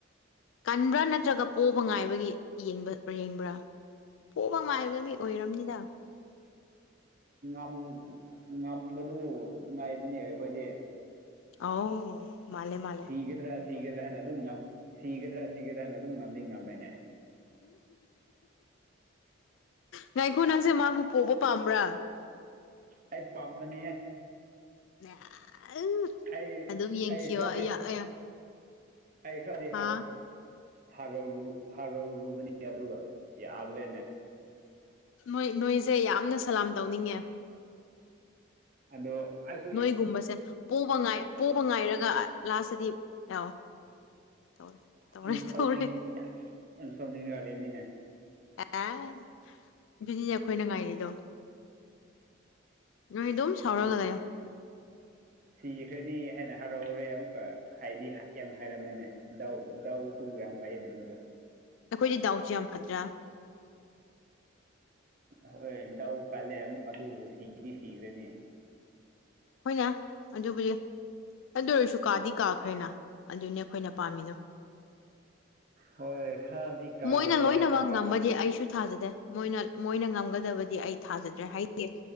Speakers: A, on the left; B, on the right.
A: ꯀꯟꯕ꯭ꯔꯥ ꯅꯠꯇ꯭ꯔꯒ ꯄꯣꯛꯕ ꯉꯥꯏꯕꯒꯤ ꯌꯦꯕ ꯌꯦꯡꯕ꯭ꯔꯥ ꯄꯣꯛꯕ ꯃꯥꯏꯕꯒ ꯃꯤ ꯑꯣꯏꯔꯔꯕꯝꯅꯤꯅ <unintelligible>
B: ꯎ ꯉꯝꯕꯗꯨ ꯉꯥꯏꯕꯅꯦꯕ ꯑꯩꯈꯣꯏꯗꯤ
A: ꯑꯣ ꯃꯥꯂꯦ ꯃꯥꯂꯦ
B: ꯁꯤꯒꯗ꯭ꯔꯥ ꯁꯤꯒꯗ꯭ꯔꯥ ꯍꯥꯏꯅ ꯑꯗꯨꯝ ꯁꯤꯒꯗ꯭ꯔꯥ ꯁꯤꯒꯗ꯭ꯔꯥ ꯍꯥꯏꯅ ꯑꯗꯨꯝ ꯉꯝꯗꯤ ꯉꯝꯃꯦꯅꯦ
A: ꯉꯥꯏꯈꯣ ꯉꯥꯡꯁꯦ ꯃꯥꯕꯨ ꯄꯣꯕ ꯄꯥꯝꯕ꯭ꯔꯥ
B: ꯑꯩ ꯄꯥꯝꯕꯅꯤꯍꯦ
A: <unintelligible>
B: ꯑꯩ-ꯑꯩ
A: ꯑꯗꯨꯝ ꯌꯦꯡꯈꯤꯌꯣ
B: ꯈꯔꯗꯤ
A: ꯑꯩꯌꯥ ꯑꯩꯌꯥ
B: ꯑꯩ ꯈꯔꯗꯤ <unintelligible> <unintelligible>
A: ꯍꯥ
B: ꯍꯔꯧꯔꯨ ꯍꯔꯧꯔꯨꯕꯅꯤ ꯑꯗꯨꯒ ꯌꯥꯗ꯭ꯔꯦꯅꯦ
A: ꯅꯣꯏ ꯅꯣꯏꯁꯦ ꯌꯥꯝꯅ ꯁꯂꯥꯝ ꯇꯧꯅꯤꯡꯉꯦ
B: ꯑꯗꯣ ꯑꯁ
A: ꯅꯣꯏꯒꯨꯝꯕꯁꯦ ꯄꯣꯕ ꯉꯏ ꯄꯣꯕ ꯉꯥꯏꯔꯒ ꯂꯥꯁꯇꯗꯤ <unintelligible> ꯇꯧꯔꯦ ꯇꯧꯔꯦ
B: ꯌꯥꯝ ꯁꯥꯎꯅꯤꯡ
A: ꯇꯧꯔꯦ
B: ꯌꯥꯝ ꯌꯥꯝ ꯁꯥꯎꯅꯤꯡꯔꯒ ꯂꯩꯕꯅꯤꯅꯦ
A: ꯑꯦ ꯑꯗꯨꯅꯤꯅꯦ ꯑꯩꯈꯣꯏꯅ ꯉꯥꯏꯔꯤꯗꯣ ꯅꯣꯏ ꯑꯗꯨꯨꯝ ꯁꯥꯎꯔꯒ
B: ꯁꯤ
A: ꯂꯩꯎ
B: ꯁꯤꯈ꯭ꯔꯅꯤ ꯍꯥꯏꯅ ꯍꯔꯥꯎꯔꯦ ꯑꯃꯨꯛꯀ ꯍꯥꯏꯗꯤ ꯌꯥꯝ ꯍꯥꯏꯔꯝꯃꯦꯅꯦ ꯗꯥꯎ ꯗꯥꯎꯁꯨ ꯌꯥꯝ ꯐꯩꯌꯦꯅꯦ ꯃꯣꯏꯗꯣ
A: ꯑꯩꯈꯣꯏꯗꯤ ꯗꯥꯎꯁꯦ ꯌꯥꯝ ꯐꯗ꯭ꯔꯥ
B: ꯍꯣꯏ ꯗꯥꯎ ꯀꯜꯂꯦ ꯑꯃꯨꯛ ꯑꯗꯨꯕꯨ ꯁꯤꯗꯤ ꯁꯤꯈ꯭ꯔꯅꯤ
A: ꯑꯩꯈꯣꯏꯅꯦ ꯑꯗꯨꯕꯨꯗꯤ ꯑꯗꯨ ꯑꯣꯏꯔꯁꯨ ꯀꯥꯗꯤ ꯀꯥꯈ꯭ꯔꯦꯅ ꯑꯗꯨꯅꯦ ꯑꯩꯈꯣꯏꯅ ꯄꯥꯝꯃꯤꯗꯣ
B: ꯍꯣꯏ ꯈꯔꯗꯤ ꯀꯥꯔꯦ
A: ꯃꯣꯏꯅ ꯂꯣꯏꯅꯃꯛ
B: ꯑꯗꯨꯒ
A: ꯉꯝꯃꯗꯤ ꯑꯩꯁꯨ ꯊꯥꯖꯗꯦ ꯃꯣꯏꯅ ꯃꯣꯏꯅ ꯉꯝꯒꯗꯕꯗꯤ ꯑꯩ ꯊꯥꯖꯗ꯭ꯔꯦ ꯍꯥꯏꯗꯤ